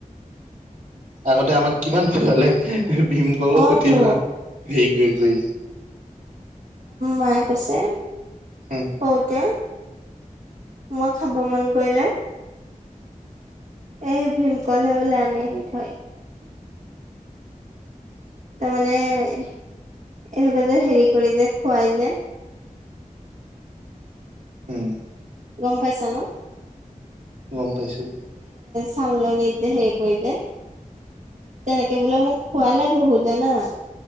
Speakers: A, on the right; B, on the right.
A: আগতে আমাক কিমান ফলে ভীমকল
B: অ
A: খতিলা
B: তো
A: হেৰি কৰি কৰি
B: মায়ে কৈছে সৰুতে
A: উম
B: মই খাব মন কৰিলে এই ভীমকল হে বোলে আনি আনি থয় তাৰমানে এনেকুৱা যে হেৰি কৰি যে খুৱাই যে
A: হম
B: গম পাইছা ন
A: গম পাইছো
B: ছালনিত যে হে ৰি কৰি যে তেনেকে বোলে মোক খোৱালে বহুত জানা